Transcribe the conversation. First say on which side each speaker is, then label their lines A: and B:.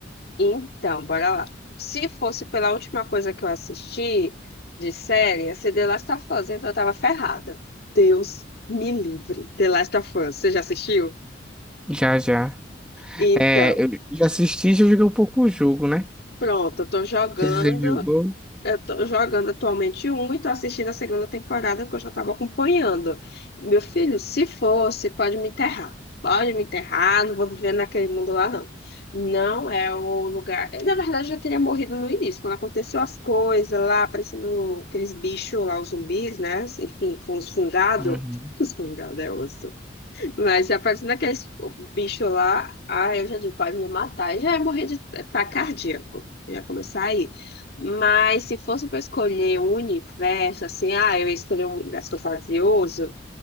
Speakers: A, on the left; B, in the centre.
A: Então, bora lá. Se fosse pela última coisa que eu assisti de série, ia ser The Last of Us, então eu tava ferrada. Deus me livre. The Last of Us, você já assistiu?
B: Já, já.
A: Então.
B: É, eu já assisti, e já joguei um pouco o jogo, né?
A: Pronto, eu tô jogando,
B: Você já jogou?
A: eu tô jogando atualmente um e tô assistindo a segunda temporada que eu já estava acompanhando. Meu filho, se fosse, pode me enterrar. Pode me enterrar, não vou viver naquele mundo lá, não. Não é o lugar. Eu, na verdade, já teria morrido no início, quando aconteceu as coisas lá, aparecendo aqueles bichos lá, os zumbis, né? Enfim, foi uns fungados.
B: Uhum.
A: Os fungados, <laughs> é osso. Mas a partir daqueles bicho lá, ah, eu já digo, vai me matar. Já ia morrer de ataque cardíaco. Já começar aí. Mas se fosse para escolher um universo, assim, ah, eu ia escolher um universo fantasioso,